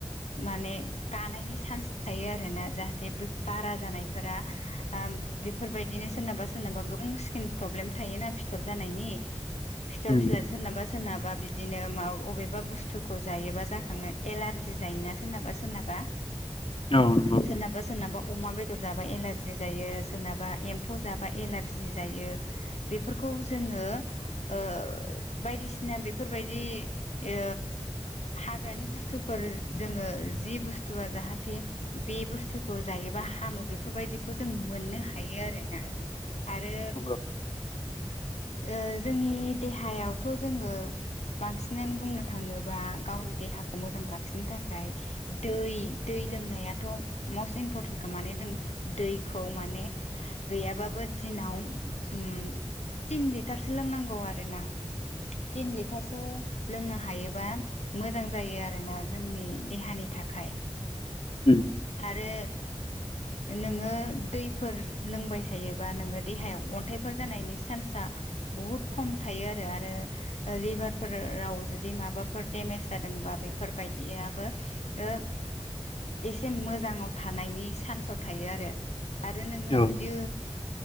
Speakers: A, on the left; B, on the left.
A: माने गानायनि सा <unintelligible> थायो आरोना जाहाथे बे बारा जानायफोरा आब बेफोर बायदिनो सोरनाबा सोरना बा गोबां स्किन फ्रब्लेम थायो ना फिथर जानायनि फिथर
B: उम
A: फिला सोरनाबा सोरनाबा बि दिनो माब अबेबा बुस्थुखौ जायोबा जाखाङो एलारजि जायोना सोरनाबा सोरनाबा
B: औ नंगौ
A: सोरनाबा सोरनाबा अमा बेदर जाबा एलारजि जायो सोरनाबा एम्फौ जाबा एलारजि जायो बेफोरखौ खौ जोङो ओ बायदिसिना बेफोरबायदि ओ हाग्रानि बुस्थुफोर जोङो जि बुस्थुआ जाहाथे बे बुस्थुखौ जायो बा हामो बेफोरबायदिखौ जों मोननो हायो आरो ना आरो
B: नंगौ
A: ओ जोंनि देहायावथ' जोङो बांसिनानो बुंनो थाङोबा गावनि देहाखौ मोजां लाखिनो थाखाय दै दै लोंनायाथ' मस्ट इम्परटेन्टखा माने जों दैखौ माने गैयाबाबो दिनाव उम तिन लिटारसो लोंनांगौ आरोना थिन लिट टारसो लोंनो हायोबा मोजां जायो आरोना जोंनि देहानि थाखाय
B: उम
A: आरो ओ नोङो दैफोर लोंबाय थायोबा नोङो देहायाव अन्थाइफोर जानायनि सान्सआ बहुद खम थायो आरो आरो लिभारफोराव जुदि माबाफोर देमेज जादोंबा बेफोरबायदियाबो ओ एसे मोजाङाव थानायनि चान्साव थायो आरो आरो नोङो
B: औ
A: जुदि ओ